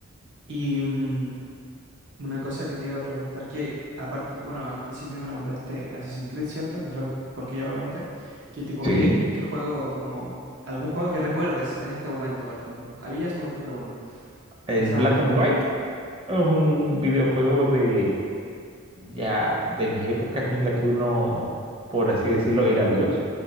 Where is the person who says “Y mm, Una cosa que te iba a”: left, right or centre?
Right